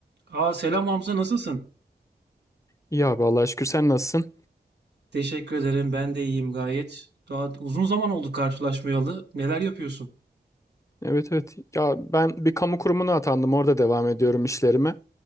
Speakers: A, on the right; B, on the left.
A: Aa selam Hamza nasılsın?
B: İyi abi Allah'a şükür sen nasılsın?
A: Teşekkür ederim ben de iyiyim gayet. Daha uzun zaman oldu karşılaşmayalı. Neler yapıyorsun?
B: Evet evet. Ya ben bir kamu kurumuna atandım. Orada devam ediyorum işlerime.